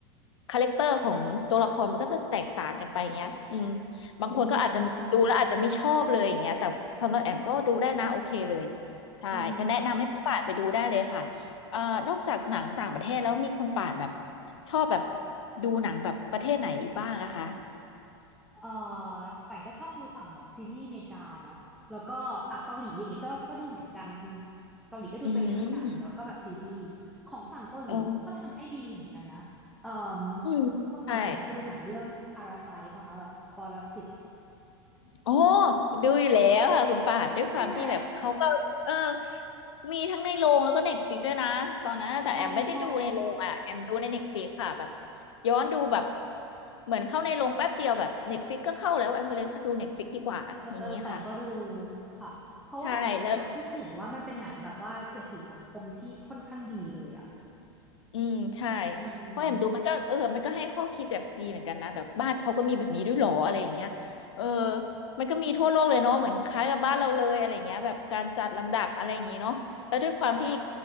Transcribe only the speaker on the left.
คาแรคเตอร์ของตัวละครมันก็จะแตกต่างกันไปอย่างเงี้ยอืมบางคนก็อาจจะดูแล้วอาจจะไม่ชอบเลยอย่างเงี้ยแต่สำหรับแอมก็ดูได้นะโอเคเลย
ใช่ก็แนะนำให้ผู้ป่านไปดูได้เลยค่ะ
เอ่อนอกจากหนังต่างประเทศแล้วมีคุณป่านแบบชอบแบบดูหนังแบบประเทศไหนอีกบ้างนะคะ
อืมอ๋ออืมใช่
โอ้ดูอยู่แล้วค่ะคุณป่านด้วยความที่แบบเขาก็เออ
มีทั้งในโรงแล้วก็เน็ตฟิกด้วยนะตอนนั้นแต่แอมไม่ได้ดูในโรงอ่ะแอมดูในเน็ตฟ
i ิกค่ะแบบย้อนดูแบบเหมือนเข้าในโรงแป๊บเดียวแบบเน็ตฟ i ิกก็เข้าแล้วแอมก็เลยดูเน็ตฟ i ิกดีกว่าอย่างนี้ค่ะ
ใช่แล้ว อืมใช่
เพราะแอมดูมันก็เออมันก็ให้ข้อคิดแบบดีเหมือนกันนะแบบบ้านเขาก็มีแบบนี้ด้วยเหรออะไรอย่างเงี้ยเออมันก็มีทั่วโลกเลยเนาะเหมือนคล้ายกับบ้านเราเลยอะไรอย่างเงี้ยแบบการจัดลำดับอะไรอย่างงี้เนาะแล้วด้วยความที่